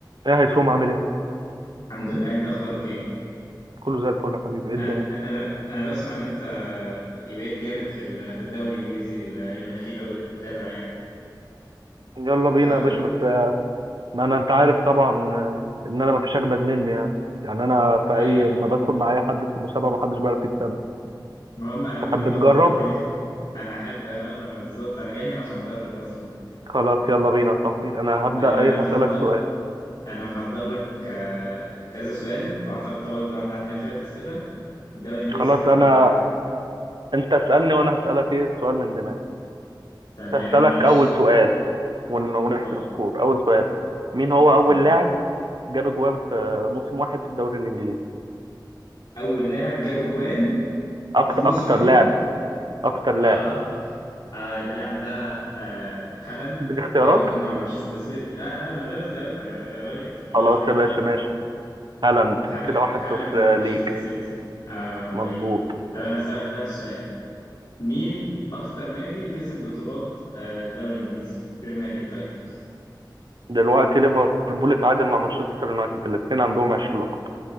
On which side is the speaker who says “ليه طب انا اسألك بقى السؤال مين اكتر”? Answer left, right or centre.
Left